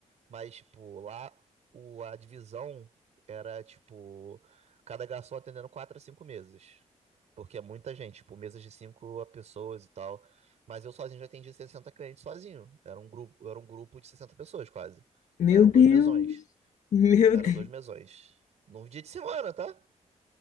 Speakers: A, on the right; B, on the left.
A: Mas, tipo, lá o, a divisão era, tipo, cada garçom atendendo quatro a cinco mesas. Porque é muita gente, tipo, mesas de cinco pessoas e tal. Mas eu sozinho já atendi 60 clientes sozinho. Era um grupo, era um grupo de 60 pessoas, quase.
B: meu
A: Eram
B: Deus,
A: dois mesões.
B: <laughs> meu
A: Eram
B: Deus,
A: dois mesões. Num dia de semana, tá?